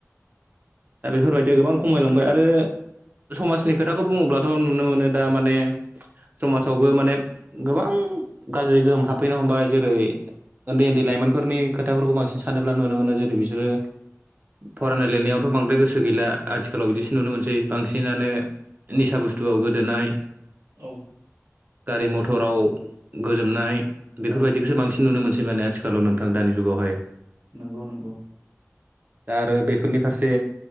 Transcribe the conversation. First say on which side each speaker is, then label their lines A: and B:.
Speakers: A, on the right; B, on the right.
A: दा बेफोरबायदिया गोबां खमायलांबाय आरो समाजनि खोथाखौ बुङोब्लाथ नुनो मोनो दा माने समाजावबो माने गोबां गाज्रि गोहोम हाबफैनो हमबाय जेरै ओन्दै ओन्दै लाइमोनफोरनि खोथाफोरखौ बांसिन सानोब्ला नुनो मोनो जेरै बिसोरो फरायनाय लिरनायावथ बांद्राय गोसो गैला आथिखालाव बिदिसो नुनो मोनसै बांसिनानो
B: औ
A: निसा बुस्थुआव गोदोनाय
B: औ
A: गारि म थराव गोजोमनाय बेफोरबायदिखौसो
B: औ
A: बांसिन नुनो मोनसै माने आथिखालाव नोंथां दानि जुगावहाय
B: नंगौ नंगौ
A: दा आरो बेफोरनि फारसे